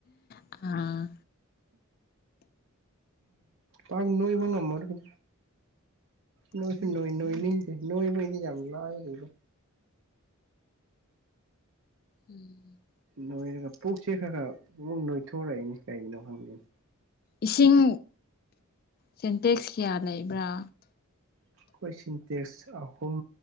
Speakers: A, on the left; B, on the right.
A: ꯑꯥ
B: ꯄꯥꯛ ꯅꯣꯏꯕ ꯉꯝꯃꯔꯣꯏꯗ ꯅꯣꯏꯁꯨ ꯅꯣꯏ ꯅꯣꯏꯅꯤꯡꯗꯦ ꯅꯣꯏꯕꯩꯗꯤ ꯌꯥꯝ ꯂꯥꯏꯔꯤꯗ
A: ꯎꯝ <unintelligible>
B: ꯅꯣꯏꯔꯒ ꯄꯨꯛꯁꯦ ꯈꯔ ꯈꯔ ꯑꯃꯨꯛ ꯅꯣꯏꯊꯣꯔꯛꯏꯅꯦ ꯀꯩꯒꯤꯅꯣ ꯈꯪꯗꯦꯅꯦ
A: ꯏꯁꯤꯡ ꯁꯦꯟꯇꯦꯛꯁ ꯀꯌꯥ ꯂꯩꯕ꯭ꯔꯥ
B: ꯑꯩꯈꯣꯏ ꯁꯤꯟꯇꯦꯛꯁ ꯑꯍꯨꯝ